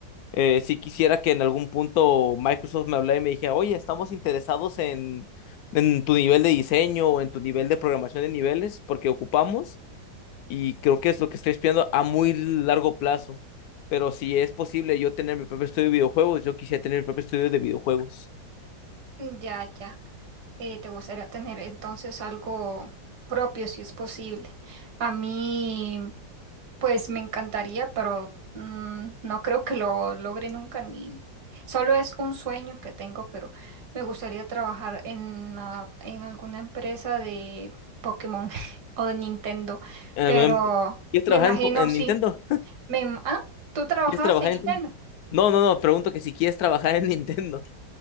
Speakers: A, on the left; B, on the right.
A: eh, sí quisiera que en algún punto Microsoft me hablara y me dijera, oye, estamos interesados en, en tu nivel de diseño o en tu nivel de programación de niveles, porque ocupamos, y creo que es lo que estoy espiando a muy largo plazo. Pero si es posible yo tener mi propio estudio de videojuegos, yo quisiera tener mi propio estudio de videojuegos.
B: Mm, Ya, ya. Eh, te gustaría tener entonces algo propio si es posible. A mí Pues me encantaría, pero mm, no creo que lo logre nunca ni solo es un sueño que tengo, pero me gustaría trabajar en, ah, en alguna empresa de Pokémon <laughs> o de Nintendo,
A: Eh,
B: pero
A: bueno, ¿Quieres
B: me
A: trabajar
B: imagino
A: en, en
B: sí.
A: Nintendo?
B: Me, im- ah, ¿tú trabajabas
A: ¿Quieres trabajar
B: en Nintendo?
A: en Nintendo? No, no, no, pregunto que si quieres trabajar en Nintendo.